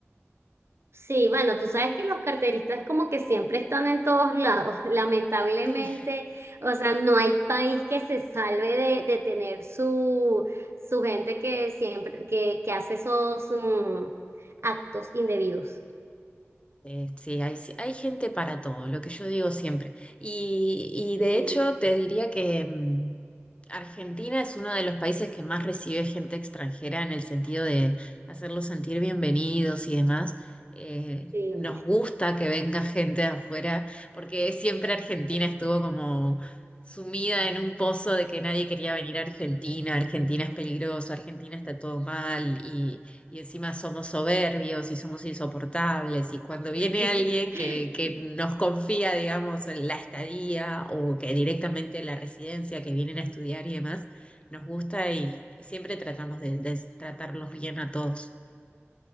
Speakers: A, on the right; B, on the left.
A: Sí, bueno, tú sabes que los carteristas como que siempre están en todos lados, <laughs> lamentablemente,
B: Sí.
A: o sea, no hay país que se salve de, de tener su, su gente que siempre, que, que hace esos um, actos indebidos.
B: Eh, sí, hay, sí, hay gente para todo, lo que yo digo siempre. Y, y de
A: Sí,
B: hecho te diría que, mm, Argentina es uno de los países que más recibe gente extranjera en el sentido de hacerlos sentir bienvenidos y demás. Eh,
A: sí.
B: nos gusta que venga gente de afuera, porque siempre Argentina estuvo como sumida en un pozo de que nadie quería venir a Argentina, Argentina es peligroso, Argentina está todo mal y encima somos soberbios y somos insoportables. Y cuando viene
A: <laughs>
B: alguien que, que nos confía, digamos, en la estadía o que directamente la residencia, que vienen a estudiar y demás, nos gusta y siempre tratamos de, de tratarlos bien a todos.